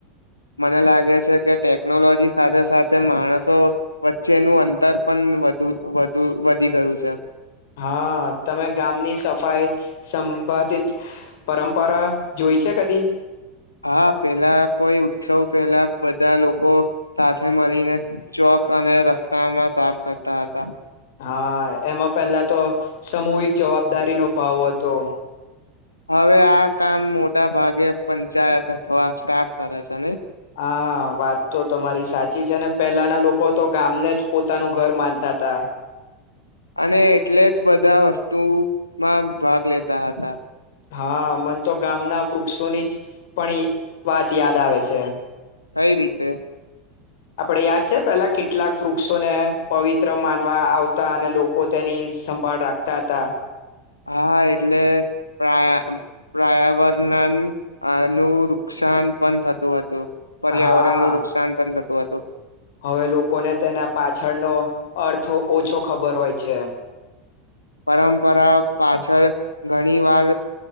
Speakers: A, on the left; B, on the left.
A: મને લાગે છે કે ટેકનોલોજી સાથે સાથે માણસો વચ્ચેનું અંતર પણ વધુ વધુ વધી ગયું છે.
B: હા તમે ગામની સફાઈ સંબંધિત પરંપરા જોઈ છે કદી?
A: હા પેલા કોઈ ઉત્સવ પેલા બધા લોકો સાથે મળીને ચોક અને રસ્તામાં સાફ કરતા હતા.
B: હા એમાં પેલા તો સમૂહિક જવાબદારીનો ભાવ હતો.
A: હવે આ કામ મોટા ભાગે પંચાયત અથવા સ્ટાફ કરે છે નહી.
B: હા વાત તો તમારી સાચી છે ને. પહેલાના લોકો તો ગામને જ પોતાનું ઘર માનતા હતા.
A: અને એટલે જ બધા વસ્તુમાં ભાગ લેતા હતા.
B: હા મને તો ગામના વૃક્ષોની જ પણ વાત યાદ આવે છે.
A: કઈ રીતે?
B: આપડે યાદ છે પેલા કેટલાક વૃક્ષોને પવિત્ર માનવા આવતા અને લોકો તેની સંભાળ રાખતા હતા.
A: હા એટલે પ્રા પ્રા પ્રાયવરણ નું નુકસાન પણ થતું હતું. પર્યાવરણ
B: હા
A: નું નુકસાન પણ થત તો તો.
B: હવે લોકોને તેના પાછળનો અર્થો ઓછો ખબર હોય છે.
A: પરંપરા પાછળ ઘણી વાર